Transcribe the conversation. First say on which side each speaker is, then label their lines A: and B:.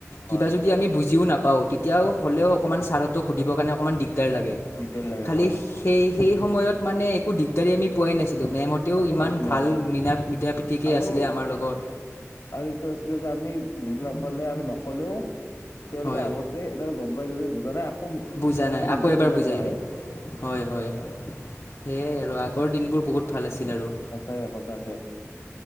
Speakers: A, on the left; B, on the left.
A: হয়
B: কিবা যদি আমি বুজিও নাপাওঁ তেতিয়াও হ'লেও অকণমান ছাৰহঁতক সুধিবৰ কাৰণে অকণমান দিগদাৰ লাগে।
A: দিগদাৰি লাগে
B: খালি
A: হয়
B: সেই সেই সময়ত মানে একো দিগদাৰি আমি পোৱাই নাছিলো মেমহঁত তেওঁ
A: একো
B: ইমান
A: নাছিলে
B: ভাল
A: হয়
B: মীনা মিতা প্ৰীতিকে
A: আৰু
B: আছিলে আমাৰ লগত।
A: আৰু এইটো আছিলে যে আমি বুজি নাপালে আমি নকলেও তেওঁলোকে
B: হয়
A: আগতে এইটো গম পায় যায় যে বুজা নাই আকৌ
B: বুজা
A: তেওঁলোকে
B: নাই আকৌ
A: নিজে
B: এবাৰ
A: বুজাব
B: বুজাই
A: আহে
B: দিয়ে, হয় হয় হয়। সেয়াই আৰু আগৰ দিনবোৰ বহুত ভাল আছিল আৰু।
A: সঁচাই সঁচাকে